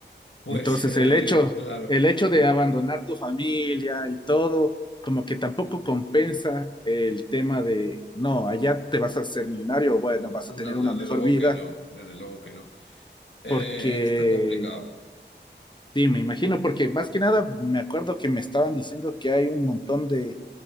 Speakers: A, on the left (about 80°); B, on the left (about 25°).
A: Pues
B: Entonces,
A: eh,
B: el hecho,
A: claro.
B: el hecho de abandonar tu familia y todo, como que tampoco compensa el tema de, no, allá te vas a ser millonario, bueno,
A: No,
B: vas a tener una
A: desde
B: mejor
A: luego
B: vida,
A: que no, desde luego que no. Eh,
B: porque,
A: está complicado.
B: sí, me imagino, porque más que nada me acuerdo que me estaban diciendo que hay un montón de,